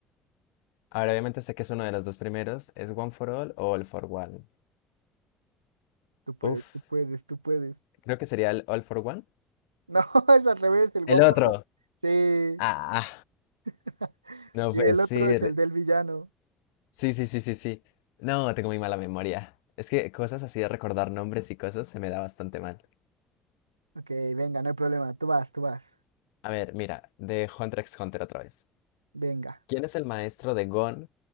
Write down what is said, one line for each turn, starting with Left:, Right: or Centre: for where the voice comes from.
Left: Ahora obviamente sé que es uno de los dos primeros. ¿Es One for All o All for One?
Right: Tú puedes,
Left: Uf,
Right: tú puedes, tú puedes.
Left: creo que sería el All for One.
Right: No, <laughs> es al revés, el
Left: El
Right: One
Left: otro.
Right: for All. Sí,
Left: Ah,
Right: <laughs>
Left: no
Right: y
Left: puede
Right: el
Left: ser.
Right: otro es el del villano.
Left: Sí, sí, sí, sí, sí. No, tengo muy mala memoria. Es que cosas así de recordar nombres y cosas se me da bastante mal.
Right: Ok, venga, no hay problema. Tú vas, tú vas.
Left: A ver, mira, de Hunter x Hunter otra vez.
Right: Venga.
Left: ¿Quién es el maestro de Gon